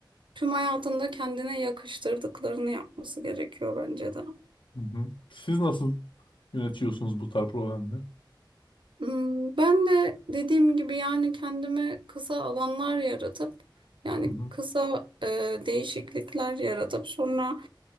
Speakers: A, on the right; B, on the left.
A: tüm hayatında kendine yakıştırdıklarını yapması gerekiyor bence de.
B: hı hı. Siz nasıl yönetiyorsunuz bu tarz problemleri?
A: Hmm, Ben de dediğim gibi yani kendimi kısa alanlar yaratıp yani
B: Hı hı.
A: kısa e, değişiklikler yaratıp sonra